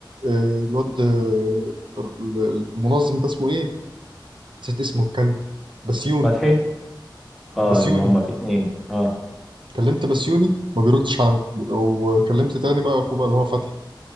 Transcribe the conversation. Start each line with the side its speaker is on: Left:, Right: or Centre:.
Right: آه، الواد آه، ال- المنظم ده اسمه ايه نسيت اسمه الكلب بسيوني
Centre: فتحي اه
Right: بسيوني
Centre: إن هما في اتنين اه
Right: كلمت بسيوني ما بيردش عليا وكلمت تاني بقى اخوه بقى اللي هو فتحي